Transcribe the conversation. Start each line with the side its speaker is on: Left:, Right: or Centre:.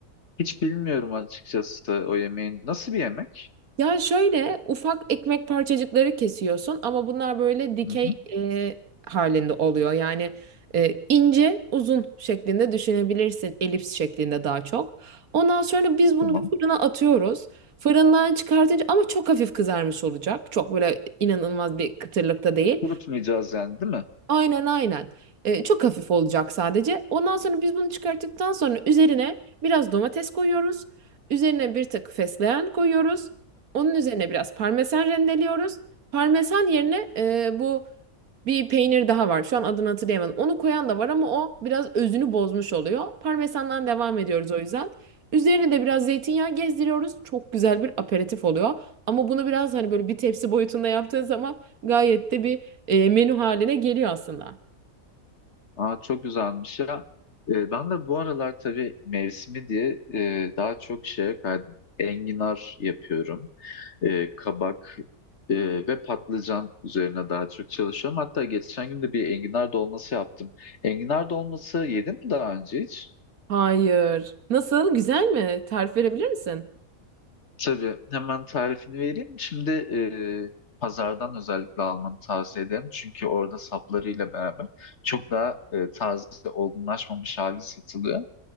Left: Hiç bilmiyorum açıkçası o yemeğin. Nasıl bir yemek?
Right: Ya şöyle ufak ekmek parçacıkları kesiyorsun ama bunlar böyle dikey
Left: Hı hı,
Right: e, halinde oluyor. Yani e, ince uzun şeklinde düşünebilirsin. Elips şeklinde daha çok. Ondan sonra biz bunu
Left: tamam.
Right: bir fırına atıyoruz. Fırından çıkartınca ama çok hafif kızarmış olacak. Çok böyle inanılmaz bir kıtırlıkta değil.
Left: Kurutmayacağız yani değil mi?
Right: Aynen aynen. Ee, çok hafif olacak sadece. Ondan sonra biz bunu çıkarttıktan sonra üzerine biraz domates koyuyoruz. Üzerine bir tık fesleğen koyuyoruz. Onun üzerine biraz parmesan rendeliyoruz. Parmesan yerine e, bu bir peynir daha var. Şu an adını hatırlayamadım. Onu koyan da var ama o biraz özünü bozmuş oluyor. Parmesandan devam ediyoruz o yüzden. Üzerine de biraz zeytinyağı gezdiriyoruz. Çok güzel bir aperatif oluyor. Ama bunu biraz hani böyle bir tepsi boyutunda yaptığın zaman gayet de bir e, menü haline geliyor aslında.
Left: Aa, çok güzelmiş ya. Ee, ben de bu aralar tabii mevsimi diye e, daha çok şeye kaydım. Enginar yapıyorum. Ee, kabak e, ve patlıcan üzerine daha çok çalışıyorum. Hatta geçen gün de bir enginar dolması yaptım. Enginar dolması yedim mi daha önce hiç?
Right: Hayır. Nasıl? Güzel mi? Tarif verebilir misin?
Left: Tabii hemen tarifini vereyim. Şimdi e, pazardan özellikle almanı tavsiye ederim. Çünkü orada saplarıyla beraber çok daha e, taze, olgunlaşmamış hali satılıyor.